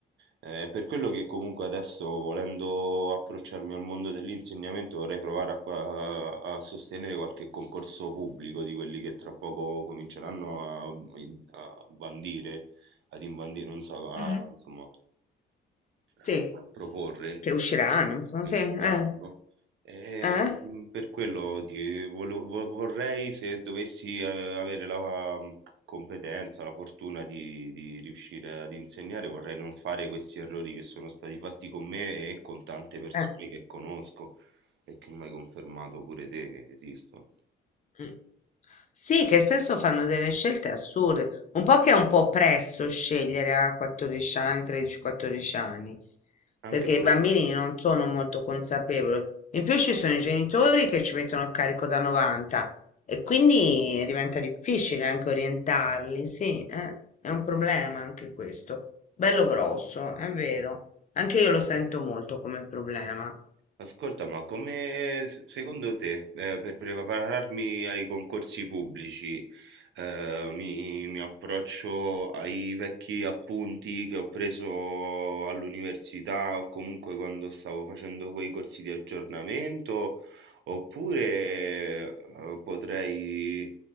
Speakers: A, on the right; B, on the left.
A: eh, per quello che comunque adesso, volendo approcciarmi al mondo dell'insegnamento, vorrei provare a, qua- a sostenere qualche concorso pubblico di quelli che tra poco cominceranno a, a bandire, ad imbandire, non so, a,
B: Mhm.
A: insomma,
B: Sì,
A: a proporre.
B: che usciranno, insomma, sì,
A: Il
B: eh,
A: danno. Eh,
B: eh,
A: mm, per quello ti vole- vo- vorrei se dovessi eh, avere la mm, c- competenza, la fortuna di, di riuscire ad insegnare, vorrei non fare questi errori che sono stati fatti con me e con tante persone
B: eh.
A: che conosco e che mi hai confermato pure te che esistono.
B: Mm. Sì, che spesso fanno delle scelte assurde, un po' che è un po' presto scegliere a 14 anni, 13-14 anni,
A: Anche
B: perché
A: quello.
B: i bambini non sono molto consapevoli. In più ci sono i genitori che ci mettono il carico da 90 e quindi diventa difficile anche orientarli, sì, eh, è un problema anche questo, bello grosso, è vero, anche io lo sento molto come problema.
A: Ascolta, ma come s- secondo te, eh, per prepararmi ai concorsi pubblici, eh, mi, mi approccio ai vecchi appunti che ho preso all'università o comunque quando stavo facendo quei corsi di aggiornamento, oppure, eh, potrei,